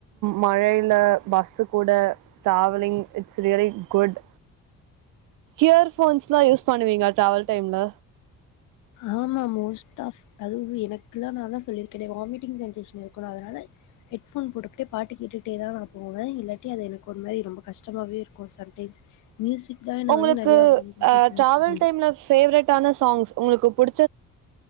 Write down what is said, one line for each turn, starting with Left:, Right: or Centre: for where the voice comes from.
Right: மழயில பஸ்ஸு கூட travelling it's really good earphones எல்லா யூஸ் பண்ணுவீங்க டிராவல் டைம்ல
Left: ஆமா மோஸ்ட் ஆஃப் அதுவு எனக்குல்லா நா தா சொல்லியிருக்கேன்னே வாமிட்டிங் சென்சேஷன் இருக்கணு அதனால ஹெட்போன் போட்டுக்கிட்டே பாட்டு கேட்டுட்டே தா நா போவே இல்லாட்டி அது எனக்கு ஒரு மாதிரி ரொம்ப கஷ்டமாவே இருக்கும் சம்டைம்ஸ் மியூசிக் தா என்ன
Right: உங்களுக்கு
Left: வந்து நெறையா வாமிட்டிங் சென்சேஷன்
Right: டிராவல்
Left: கொடுக்குது
Right: டைம்ல பேவரெட் ஆனா சாங்ஸ் உங்களுக்கு புடி